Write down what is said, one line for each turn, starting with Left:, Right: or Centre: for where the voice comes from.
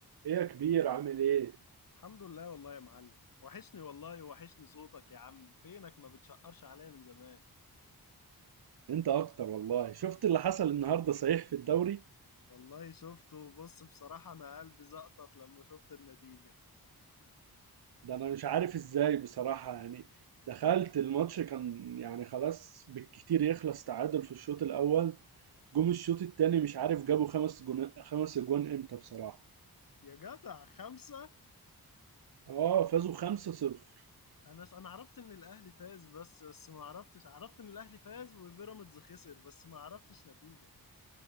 Right: ايه يا كبير عامل ايه؟
Left: الحمد لله والله يا معلم وحشني والله وحشني صوتك يا عم فينك ما بتشقرش عليا من زمان
Right: انت اكتر والله شفت اللي حصل النهارده صحيح في الدوري؟
Left: والله شفته بص بصراحة أنا قلبي زقطت لما شفت النتيجة
Right: ده انا مش عارف ازاي بصراحة يعني دخلت الماتش كان يعني خلاص بالكتير يخلص تعادل في الشوط الاول جم الشوط التاني مش عارف جابوا خمس جون خمس اجوان امتى بصراحة
Left: يا جدع خمسة
Right: اه فازوا خمسة صفر
Left: أنا أنا عرفت إن الأهلي فاز بس بس ما عرفتش عرفت إن الأهلي فاز وبيراميدز خسر بس ما عرفتش نتيجة